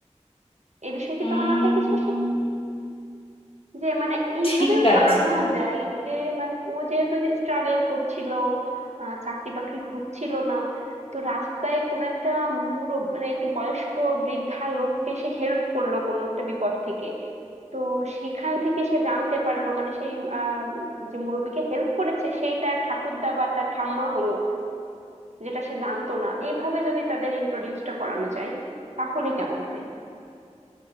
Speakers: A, on the right; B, on the left.
A: এই বিষয়ে কি
B: উম
A: তোমার মাথায় কিছু এসেছে যে মানে এইভাবেও
B: ঠিক
A: তো
B: আছে
A: আনা যায় যে মানে ও যেহেতু যে স্ট্রাগল করছিল আহ, চাকরি বাকরি হচ্ছিল না তো রাস্তায় কোনো একটা মুরব মানে একটু বয়স্ক বৃদ্ধা লোককে সে হেল্প করলো কোনো একটা বিপদ থেকে তো সেখান থেকে সে জানতে পারলো মানে সেই আহ, যে মুরব্বিকে হেল্প করেছে সেই তার ঠাকুরদা বা তার ঠাম্মা হলো যেটা সে জানতো না এইভাবে যদি তাদের ইন্ট্রোডিউসটা করানো যায় তাহলে কেমন হয়